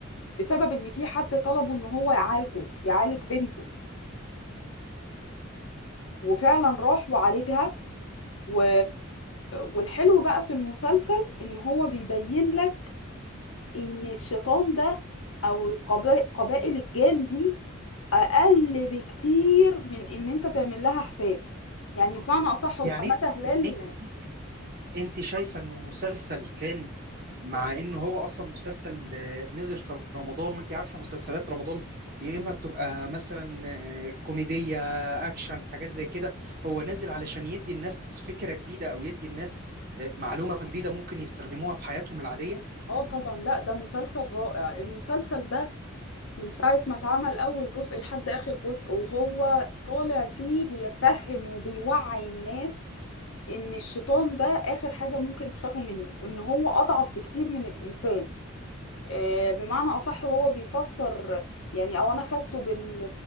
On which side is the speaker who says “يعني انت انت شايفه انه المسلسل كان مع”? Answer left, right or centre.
Right